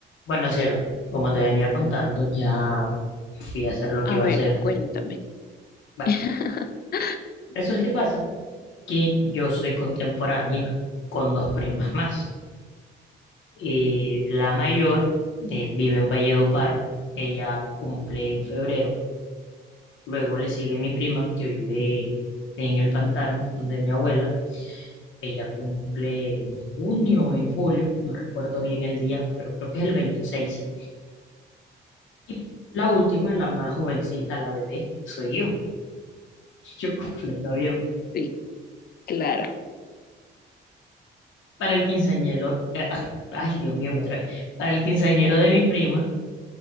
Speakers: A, on the left; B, on the left.
A: Bueno, cielo, como te venía contando, ya fui a hacer lo que
B: A
A: iba
B: ver,
A: a hacer.
B: cuéntame.
A: Bueno,
B: <laughs>
A: resulta y pasa que yo soy contemporánea con dos primas más. Eh, la mayor eh, vive en Valledupar, ella cumple en febrero. Luego le sigue mi prima que vive en el Pantano, donde mi abuela. Ella cumple en junio o en julio, no recuerdo bien el día, pero creo que es el 26. Y la última, la más jovencita, la bebé, soy yo. Yo comprendo bien.
B: Sí, claro.
A: Para el quinceañero, eh, ah, ay Dios mío, me trae. Para el quinceañero de mi prima